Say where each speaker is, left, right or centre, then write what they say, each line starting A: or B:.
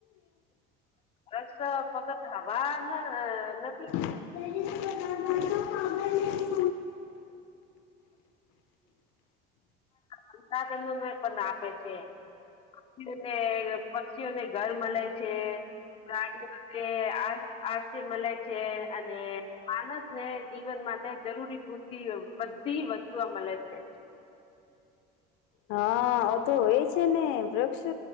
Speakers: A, on the left (about 30°); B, on the left (about 70°).
A: રક્ષ ફગત હવા ન નથી
B: <inaudible>
A: સંસાધન મેં પણ આપે છે. પીને પક્ષીઓને ઘર મળે છે. ગાડીઓ ને આ આરસી મળે છે અને માનસ ને જીવન માટે જરૂરી બુદ્ધિ બધી વસ્તુઓ મળે છે.
B: હા ઓ તો હોય છે ને વૃક્ષ